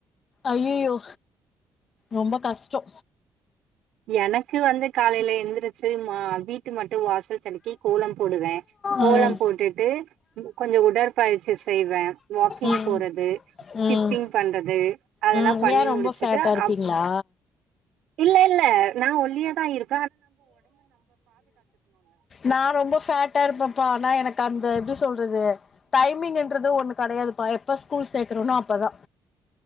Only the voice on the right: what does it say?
எனக்கு வந்து காலைல எந்துரு சரிமா வீட்டு மட்டோ வாசல் தலக்கி கோலம் போடுவ கோலம்
போட்டுட்டு கொஞ்சோ உடற்பயிற்சி செய்வ வாக்கிங்
போறது ஸ்கிப்பிங்
பண்றது அதெல்லா
பண்ணி
முடிச்சுட்டு
அப் இல்ல இல்ல நா ஒல்லியா தா இருப்